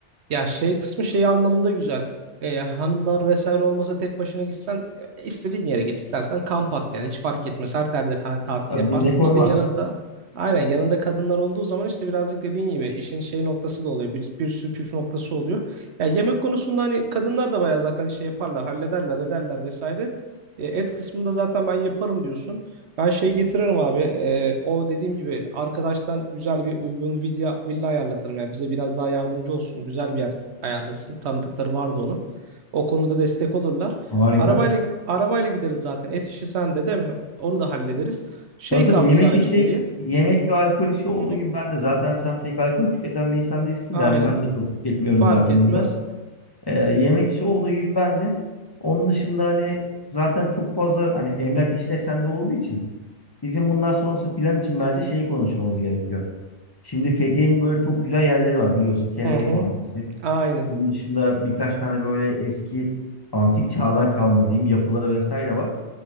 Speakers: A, on the right; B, on the left.
A: Ya şey kısmı şey anlamında güzel. E, hanımlar vesaire olmasa tek başına gitsen e, istediğin yere git istersen kamp at yani hiç fark etmez. Her yerde ka- tatil
B: Tabii
A: yaparsın
B: bize koymaz.
A: işte yanında aynen yanında kadınlar olduğu zaman işte birazcık dediğin gibi işin şey noktası da oluyor. Bir, bir sürü püf noktası oluyor. Ya yemek konusunda hani kadınlar da bayağı zaten şey yaparlar hallederler ederler vesaire. E, et kısmında zaten ben yaparım diyorsun. Ben şey getiririm abi. e, o dediğim gibi arkadaştan güzel bir uygun villa, villa ayarlatırım. Yani bize biraz daha yardımcı olsun. Güzel bir yer ayarlasın. Tanıdıkları vardı onun. O konuda destek olurlar.
B: Harika.
A: Arabayla arabayla gideriz zaten. Et işi sende değil mi? Onu da hallederiz. Şey
B: Tabii tabii
A: kaldı
B: yemek
A: Evet. sadece
B: işi,
A: geriye.
B: yemek ve alkol işi olduğu
A: Hı hı.
B: gibi ben de zaten sen pek alkol tüketen bir insan değilsin
A: Aynen.
B: de yani ben de çok tüketmiyorum
A: Fark
B: zaten
A: etmez.
B: burada. Ee, yemek işi olduğu gibi ben de. Onun dışında hani zaten çok fazla hani emlak işte sende olduğu için bizim bundan sonrası plan için bence şeyi konuşmamız gerekiyor. Şimdi Fethiye'nin böyle çok güzel yerleri var biliyorsun. Kelebek
A: Hı hı.
B: Vadisi.
A: Aynen.
B: Onun dışında birkaç tane böyle eski antik çağdan kalma diyeyim yapıları vesaire var.